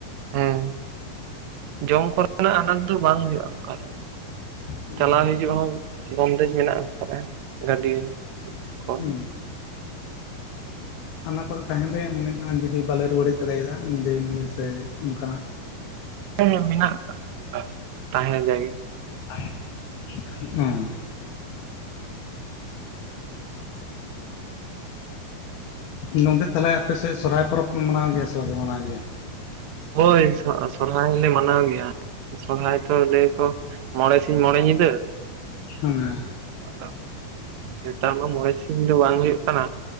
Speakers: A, on the right; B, on the left.
A: ᱦᱮᱸ ᱡᱚᱢ ᱠᱚᱨᱮᱱᱟᱜ ᱟᱱᱟᱴ ᱫᱚ ᱵᱟᱝ ᱦᱩᱭᱩᱜᱼᱟ ᱚᱱᱠᱟ ᱫᱚ᱾
B: ᱦᱩᱸ
A: ᱪᱟᱞᱟᱣ ᱦᱤᱡᱩᱜ ᱦᱚᱸ ᱵᱚᱱᱫᱮᱡᱽ ᱢᱮᱱᱟᱜ ᱟᱠᱟᱫ ᱜᱟᱹᱰᱤ ᱠᱚ
B: ᱦᱩᱸ ᱦᱟᱱᱟ ᱠᱚᱨᱮ ᱛᱟᱦᱮᱱ ᱨᱮᱭᱟᱜ ᱢᱟᱱᱮ ᱡᱩᱫᱤ ᱵᱟᱞᱮ ᱨᱩᱣᱟᱹᱲ ᱦᱮᱡ ᱫᱟᱲᱮᱭᱟᱫᱟ ᱧᱤᱫᱟᱹᱭ ᱱᱟᱞᱮ ᱥᱮ ᱚᱱᱠᱟᱱᱟᱜ
A: ᱮ ᱢᱮᱱᱟᱜ ᱟᱠᱟᱫᱼᱟ ᱚᱱᱠᱟ ᱛᱟᱦᱮ ᱞᱟᱜᱤᱫ
B: <inaudible> ᱜᱚᱝᱠᱮ ᱛᱟᱦᱚᱞᱮ ᱟᱯᱮ ᱥᱮᱫ ᱥᱚᱨᱦᱟᱭ ᱯᱚᱨᱚᱵᱽ ᱯᱮ ᱢᱟᱱᱟᱣ ᱜᱮᱭᱟ ᱥᱮ ᱵᱟᱯᱮ ᱢᱟᱱᱟᱣ ᱜᱮᱭᱟ᱾
A: ᱦᱳᱭ ᱥᱚᱨᱦᱟᱭ ᱞᱮ ᱢᱟᱱᱟᱣ ᱜᱮᱭᱟ ᱥᱚᱨᱦᱟᱭ ᱫᱚ ᱞᱟᱹᱭᱟ ᱠᱚ ᱢᱚᱬᱮ ᱥᱤᱧ ᱢᱚᱬᱮ ᱧᱤᱫᱟᱹ᱾
B: ᱦᱮᱸ
A: ᱟᱫᱚ ᱱᱮᱛᱟᱨ ᱢᱟ ᱢᱚᱬᱮ ᱥᱤᱧ ᱫᱚ ᱵᱟᱝ ᱦᱩᱭᱩᱜ ᱠᱟᱱᱟ᱾